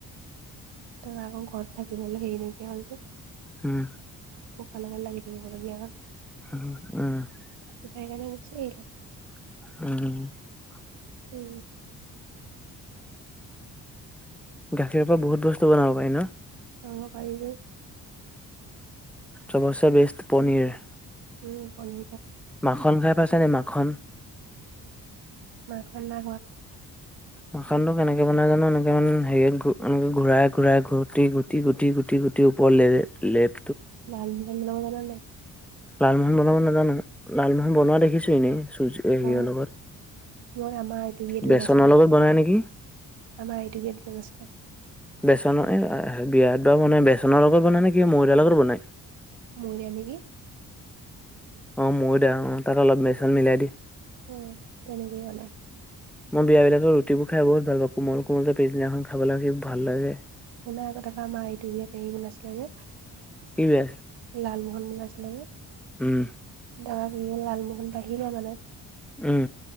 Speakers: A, on the right (about 60°); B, in the centre.
A: তাৰ আকৌ ঘৰত থাকিবলে হেৰি নাইকীয়া হ'ল যে।
B: হোঁ <unintelligible>
A: ককাৰ লগত লাগি দিব লগীয়া হ'ল।
B: ওঁ অঁ <unintelligible>
A: সেইকাৰণে গুচি আহিলো <unintelligible>
B: ওঁ
A: ওঁ
B: গাখীৰৰ পৰা বহুত বস্তু বনাব পাৰি ন'?
A: অঁ পাৰিটো।
B: চবৰচে বেষ্ট পনীৰ।
A: উম, পাৰি।
B: মাখন খাই পাইছে নে? মাখন।
A: মাখন নাইখোৱা।
B: মাখনো কেনেকে বনাই জানো? এনেকে মান হেৰি এ ঘূৰাই ঘূৰাই ঘূটি ঘূটি ঘূটি ঘূটি ঘূটি ওপৰ লেৰেপ লেপ
A: লালমোহন বনাব জানা নাই?
B: লালমোহন বনাব নাজানো। লালমোহন বনোৱা দেখিছোঁ এনেই। চু চু এ-
A: অ
B: হেৰিৰ লগত।
A: মই আমাৰ আইটিভিটো
B: বেচনৰ
A: নাচাওঁ।
B: লগত বনাই নেকি
A: আমাৰ আই টি ভিটো নচলে।
B: বেচনৰ এ-অঁ এ- বিয়াত বাৰু বনাই। বেচনৰ লগত বনাই নে কি মইদাৰ লগত বনায়?
A: মৰিলে নেকি?
B: অঁ, মইদা। অঁ তাত অলপ বেচন মিলাই দি
A: অঁ তেনেকেই বনাই।
B: মই বিয়া বিলাকৰ ৰুটিবোৰ খাই বহুত ভাল পাওঁ কোমল কোমল যে পিছদিনাখন খাবলে সি ভাল লাগে
A: শুনা আকঅ তাপা আমাৰ এইটো বিয়াত <unintelligible> বনাইছিলে যে
B: কি বেয়াচিলে
A: লালমোহন বনাইছিলে যে।
B: উম
A: দাদা বিয়াৰ লালমোহন বাহিলে মানে
B: উম